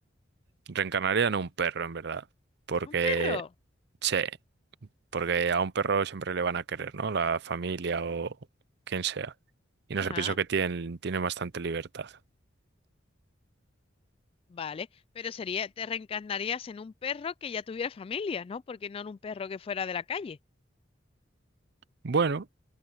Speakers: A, on the right; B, on the left.
A: reencarnaría en un perro, en verdad. Porque...
B: ¿Un perro?
A: Sí, porque a un perro siempre le van a querer, ¿no? La familia o quien sea. Y no
B: Ajá.
A: sé, pienso que tienen, tienen bastante libertad.
B: Vale, pero sería, te reencarnarías en un perro que ya tuviera familia, ¿no? Porque no en un perro que fuera de la calle.
A: Bueno.